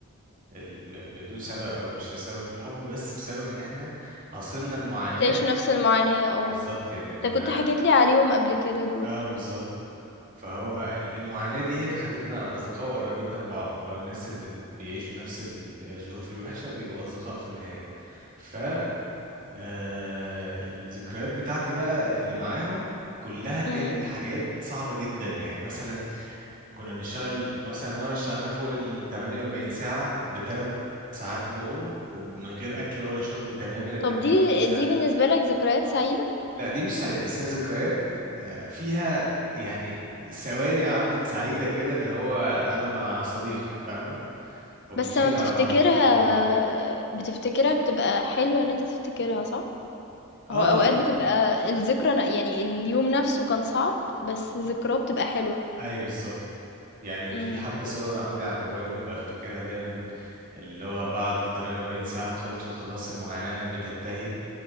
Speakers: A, on the right (about 40°); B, on the left (about 50°).
A: ال- م- بدون سبب او مش لسبب الحب بس بسبب ان احنا عاصرنا المعاناة
B: تعيشوا نفس المعاناة اه
A: بالظبط يعني كنا
B: انت كنت حكيت لي عليهم قبل كده دول
A: اه بالظبط فهو ال- المعاناة دي هي اللي خلتنا أصدقاء وقربتنا من بعض اللي هو الناس اللي بت- بيعيشوا نفس ال- الظروف الوحشة بيبقوا أصدقاء في النهاية ف آه، الذكريات بتاعتي بقى اللي معاهم كلها كانت
B: امم
A: حاجات صعبة جدا يعني مثلا كنا بنشتغل مثلا مرة اشتغلنا فوق ال 48 ساعة بثلاث ساعات نوم ومن غير أكل ولا شرب تماما ال
B: طب
A: 48
B: دي دي بالنسبة لك ذكريات سعيدة
A: لا دي مش سعيدة بس هي ذكريات آه، فيها يعني ثواني عدت سعيدة كده اللي هو أنا مع صديقي فاهمة وبنشيل
B: بس لما بتفتكرها
A: على بعض بنخاف على بعض
B: بتفتكرها بتبقى حلوة ان انت تفتكرها صح
A: اه
B: هو اوقات
A: يعني
B: بتبقى الذكرى ن- يعني اليوم نفسه كان صعب بس ذكراه بتبقى حلوة
A: أيوة بالظبط يعني
B: امم
A: في حتى صور عندي على الموبايل بفتكرها دايما اللي هو بعد ال 48 ساعة ما خلصوا خلاص المعاناة بتنتهي